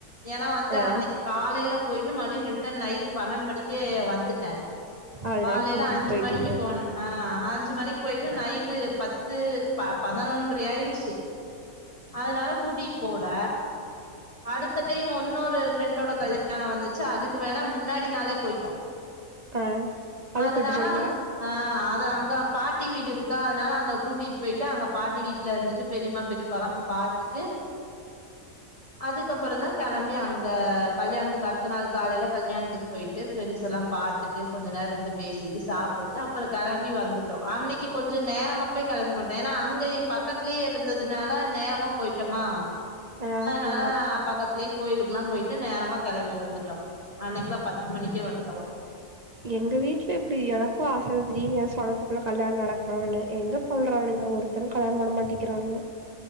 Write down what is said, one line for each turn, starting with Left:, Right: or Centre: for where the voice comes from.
Left: ஏனா வந்து
Right: ஆ
Left: அன்னைக் காலைல போயிட்டு மறுவ்டி ரிட்டன் நைட்டு பன்னண் மணிக்கே வந்துட்ட
Right: அதனால
Left: காலைல
Right: கூட்டிட்டு
Left: அஞ்சு
Right: போயிட்டீங்க
Left: மணிக்கி போன அ அஞ்சு மணிக் பொய்ட்டு நைட்டு பத்து ப பதனொன்ரை ஆயிடுச்சு அதுனால கூட்டிட் போவுல அடுத்த டைம் ஒன்னொரு ஃப்ரெண்டோட கல்யாண வந்துச்சு அதுக்கு வேணா முன்னாடி நாளே பொய்ட்டோ
Right: ஆ அதுக்கு
Left: அதுனால
Right: கூட்டு போனீங்களா
Left: வந் அ அது அங்க பாட்டி வீடு இருக்கா அதனால அங்க கூட்டிட்டு பெய்ட்டு அங்க பாட்டி வீட்ல இருந்துட்டு பெரியம்மா பெரிப்பால பாத்துட்டு அதுக்கப்புறந்தா களம்பி அங்க கல்யாண்த்துக்கு அடுத்த நாள் காலைல கல்யாண்த்துக் பொய்ட்டு ஃப்ரெண்ட்ஸ் எல்லா பாத்துட்டு கொஞ்ச நேர இந்து பேசிட்டு சாப்புட்டு அப்புற கிளம்பி வந்துட் டோ அன்னக்கி கொஞ்ச நேரமாவே களம்பி வந்ட்ட ஏனா அங்கய் பக்கத்லே இருந்ததுனால நேரமா போயிட்டமா
Right: ஆ
Left: அதனால
Right: ஆ
Left: பக்கத்லே கோயிலுக்குலா போய்ட்டு நேரமா கிளம்பி வந்துட்டோ அண்னக்கிலா பத்து மணிக்கே வந்ட்டோ
Right: எங்க வீட்ல இப்டி எனக்கு ஆசதா திடீனு ஏ செந்தத்துக்குள்ள கல்யாண நடக்ணுனு எங்க பன்றானுங்க ஒருத் தனு கல்யாண பண்ண மாட்டிக்கிறானுங்க